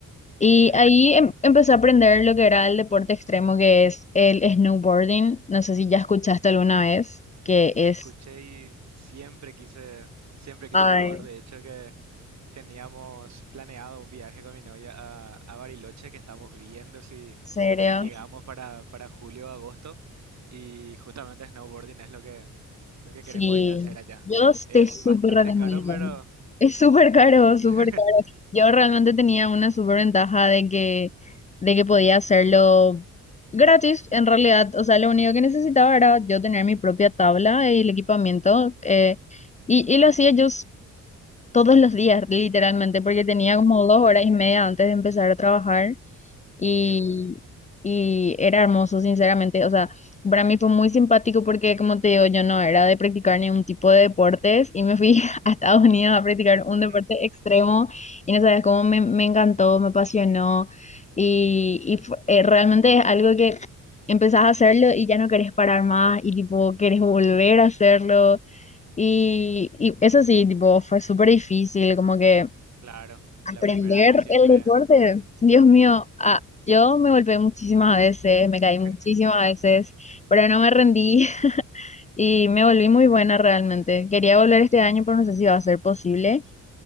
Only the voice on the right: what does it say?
sí.
Escuché y siempre quise, siempre quise
probar.
De hecho, que teníamos planeado un viaje con mi novia a, a Bariloche, que estamos viendo si,
si llegamos para, para julio o agosto. Y justamente snowboarding es lo que, lo que
queremos ir a hacer allá.
Es
bastante
caro, pero
<laughs>
qué gusto.
<laughs>
Claro,
la primera vez siempre.
<laughs>